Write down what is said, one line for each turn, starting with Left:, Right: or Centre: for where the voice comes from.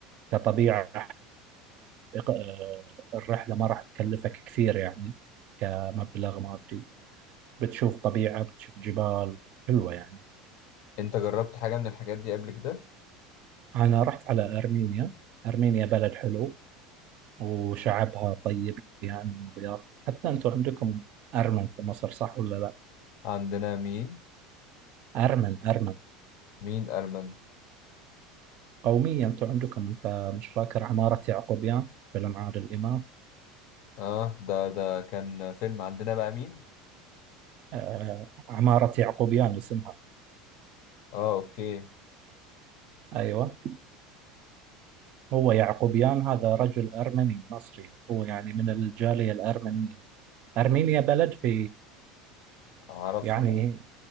Right: كطبيعة إق- الرحلة ما راح تكلفك كثير يعني كمبلغ مادي بتشوف طبيعة بتشوف جبال حلوة يعني
Left: انت جربت حاجة من الحاجات دي قبل كده
Right: أنا رحت على أرمينيا أرمينيا بلد حلو وشعبها طيب يعني ومضياف حتى أنتم عندكم أرمن في مصر صح ولا لا
Left: عندنا مين
Right: أرمن أرمن
Left: مين ارمن
Right: قومية أنتم عندكم أنت مش فاكر عمارة يعقوبيان فيلم عادل إمام
Left: اه ده ده كان فيلم عندنا بقى مين
Right: آه عمارة يعقوبيان اسمها
Left: اه اوكي
Right: أيوة هو يعقوبيان هذا رجل أرمني مصري هو يعني من الجالية الأرمنية أرمينيا بلد في
Left: اعرفها
Right: يعني